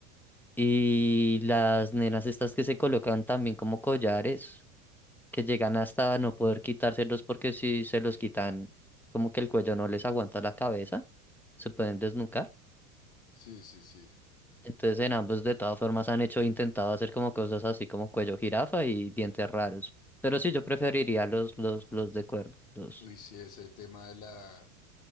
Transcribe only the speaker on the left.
sí, sí. sí.
Uy, sí, ese tema de la,